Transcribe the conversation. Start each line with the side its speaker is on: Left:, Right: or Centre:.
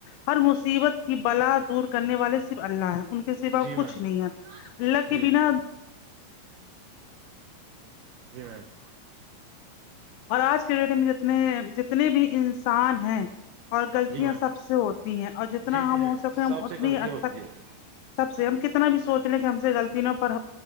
Left: ہر مصیبت کی بلا دور کرنے والے صرف اللہ ہیں ان سوا
Right: جی میم
Left: کچھ نہیں ہے اللہ
Right: جی
Left: کے بنا
Right: جی میم
Left: اور آج کے ڈیٹ میں جتنے جتنے بھی انسان ہیں اور غلطیاں
Right: جی میم
Left: سب سے ہوتی ہیں اور جتنا
Right: جی جی
Left: ہم
Right: میم
Left: ہو سکے ہم
Right: سب
Left: اتنی
Right: سے غلطیاں ہوتی
Left: تک
Right: ہے
Left: سب سے ہم کتنا بھی سوچ لیں کہ ہم سے غلطی نہ پر